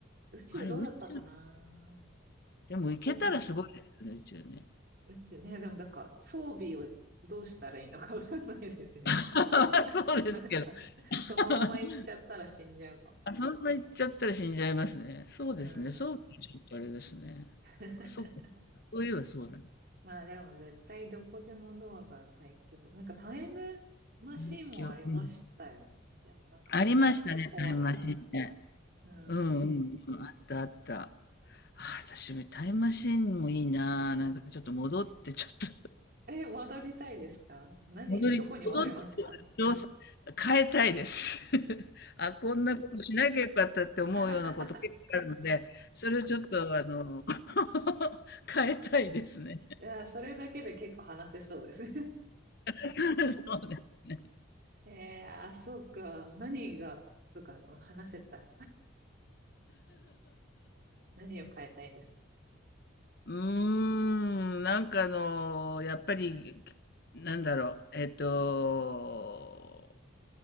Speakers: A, on the right (about 50°); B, on the left (about 50°).
A: 宇宙どうだったかな
B: あれ宇宙、でも行けたらすごいですよね、
A: でも、
B: 宇宙ね。
A: 宇宙ね、でもだから装備をどうしたらいいのかわかんないですよね。
B: <laughs>
A: <laughs>
B: そうですけど。
A: なんか、
B: <laughs>
A: そのまま行っちゃったら死んじゃうかも。
B: あ、そんな行っちゃったら死んじゃいますね。そうですね、
A: うん。
B: そう、ちょっとあれですね。
A: <laughs>
B: そうか、そういえばそうだね。
A: まあでも絶対どこでもドアが最強。なんかタイムマシンもありましたよね。
B: 最強。うん。
A: でもなんかあれはちょっと怖いな。
B: ありましたね、タイムマシーンね。
A: うん。
B: うんうんうん、あったあった。ああ、私もタイムマシーンもいいな。なんかちょっと戻ってちょっと
A: え、戻りたいですか何、
B: 戻り戻って
A: どこに戻りますか
B: 調査変えたいです。<laughs> あ、こんなことしなきゃよかったって思うようなこと結構あるので、
A: <laughs>
B: それをちょっとあの、<laughs> 変えたいですね。
A: いや、それだけで結構話せそうですね。
B: <laughs> そうです。
A: <laughs> えー、あ、そうか。何が、そうか、話せたら。何を変えたいですか
B: うーん、なんかあの、やっぱり、なんだろう、えっと、